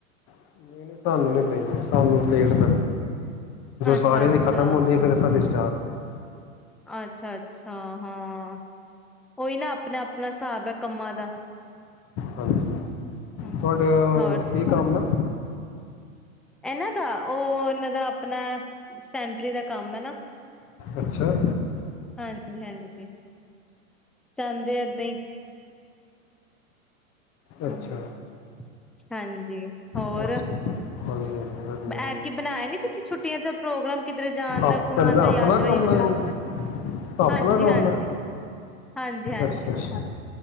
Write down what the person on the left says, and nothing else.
ਨਹੀਂ ਨਹੀਂ ਸਾਨੂੰ ਨਹੀਂ ਪਈਆਂ ਸਾਨੂੰ ਲੇਟ ਪਣ ਜੋ
ਸਾਰਿਆਂ
ਦੀ ਖ਼ਤਮ ਹੁੰਦੀ। ਫੇਰ ਸਾਡੇ <unintelligible>
ਹਾਂਜੀ।
ਤੁਹਾਡੇ
ਕੀ ਕੰਮ ਨਾ
ਅੱਛਾ
ਅੱਛਾ।
ਅੱਛਾ ਹਾਂਜੀ ਹਾਂਜੀ ਵਧੀਆ
ਆਪਣਾ
ਆਪਣਾ
ਕੰਮ
ਹੈ ਆਪਣਾ
ਕੰਮ ਹੈ
ਅੱਛਾ ਅੱਛਾ